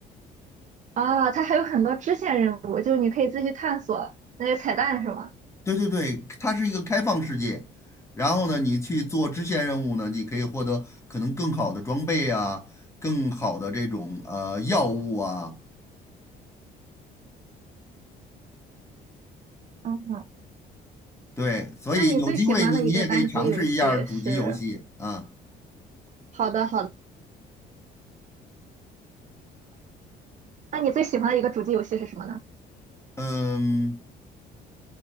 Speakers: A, on the right; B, on the left.
A: 啊，它还有很多支线任务，就是你可以自己探索那些彩蛋，是吗？
B: 对对对，它是一个开放世界。然后呢，你去做支线任务呢，你可以获得可能更好的装备啊，更好的这种呃药物啊。
A: 嗯，
B: 对，所以有机会你你也可以尝试一下儿主机游戏啊。
A: 那你最喜欢的一个单机游戏是？好的，好的。那你最喜欢的一个主机游戏是什么呢？
B: 嗯